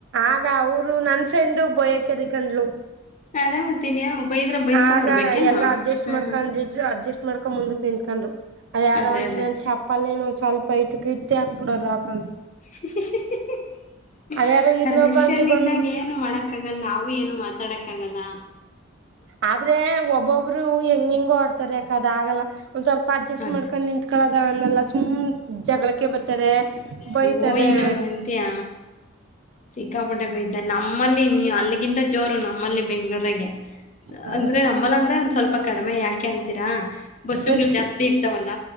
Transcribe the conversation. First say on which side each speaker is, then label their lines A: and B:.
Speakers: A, on the right (about 55°); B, on the left (about 35°).
A: ಆಗ ಅವರು ನನ್. ಫ್ರೆಂಡು ಬಯಕ್ಕೆದ್ರಕೊಂಡ್ಲು.
B: ಅದೇ ಮತ್ತೀನಿ ಬೈದ್ರ ಬೈಸ್ಕೊಂಡ್
A: ಆಗ
B: ಬರ್ಬೇಕೇನು
A: ಎಲ್ಲ
B: ಹ್ಮ್
A: ಅಡ್ಜಸ್ಟ್ ಮಾಡ್ಕೊಂಡಜಿಜ್ಜು ಅಡ್ಜಸ್ಟ್. ಮಾಡ್ಕೊ ಮುಂದಕ್ ನಿಂತ್ಕೊಂಡ್ರು. ಅದ ಯಾರ
B: ಅದೇ
A: ಹೊಂಟಿಲೆನು
B: ಅದೇ
A: ಚಪ್ಪಾಲ ನೀನು. ಸ್ವಲ್ಪ ಐತ ಕಿತ್ತ ಹಾಕ್ಬಿಡು ಅದು ಹಾಕೊಂಡ.
B: ಹ <unintelligible>
A: ಅದ್ಯಾರೋ ಇನ್ನೊಬ್ಬ
B: ರಷ್ಯಲ್ಲಿದ್ದಾಗ
A: ಆಂಟಿ ಬಂದ್ಬಿಟ್ಟು
B: ಏನು ಮಾಡಕ್ಕ ಆಗಲ್ಲ ನಾವು ಏನು ಮಾತಾಡಕ್ಕ ಆಗಲ್ಲ.
A: ಆದ್ರೆ ಒಬ್ಬೊಬ್ರು ಹೆಂಗ ಹೆಂಗ ಆಡ್ತಾರೆ ಯಾಕದ ಆಗಲ್ಲ ಒಂದ್ ಸ್ವಲ್ಪ ಅಡ್ಜಸ್ಟ್
B: ಹ
A: ಮಾಡ್ಕೊಂಡ್ ನಿತ್ಕಳದ. ಲ್ಲ ಸುಮ್ ಜಗಳಕ ಕೆ ಬರ್ತಾರೆ ಬೈತಾರೆ.
B: ಅಯ್ಯೋ ಇನ್ನೂ ಹಂಗಂತೀಯ ಸಿಕ್ಕಾಪಟ್ಟೆ ಬಯ್ತಾನೆ ನಮ್ಮಲ್ಲಿ. ನೀ ಅಲ್ಲಿಗಿಂತ ಜೋರು ನಮ್ಮಲ್ಲಿ ಬೆಂಗಳೂರಗೆ
A: ಹ್ಮ್
B: ಅಂದ್ರೆ ನಮ್ಮಲ್ಲಿ ಅಂದ್ರೆ ಒಂದ ಸ್ವಲ್ಪ ಕಡಿಮೆ ಯಾಕೆ ಅಂತೀರಾ ಬಸ್ಸುಗಳು
A: ರಶ್
B: ಜಾಸ್ತಿ ಇರ್ತಾವಲ್ಲ